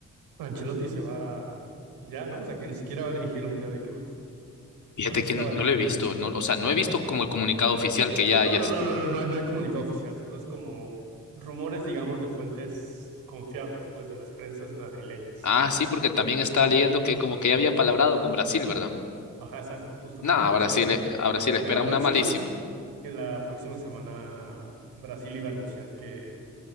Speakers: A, on the right (about 85°); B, on the left (about 60°).
A: Ancelotti se va ya, ¿no? O sea, que ni siquiera va a dirigir el Mundial de Clubes.
B: Fíjate
A: Bueno, eso
B: que
A: estaba
B: no
A: leyendo.
B: lo he visto, no, o sea, no he visto como el comunicado oficial que ya,
A: No,
B: ya
A: no,
B: estuvo.
A: no, no, no, no hay, no hay comunicado oficial, solo es como rumores, digamos, de fuentes confiables, pues, de las prensas madrileñas.
B: Ah, sí, porque también estaba leyendo que como que ya había palabrado con Brasil, ¿verdad?
A: Ajá, exacto, justo
B: No,
A: que la
B: a
A: próxima,
B: Brasil, le- a Brasil le espera
A: Que la
B: una
A: próxima,
B: malísima.
A: se- que la próxima semana Brasil iba a anunciar que,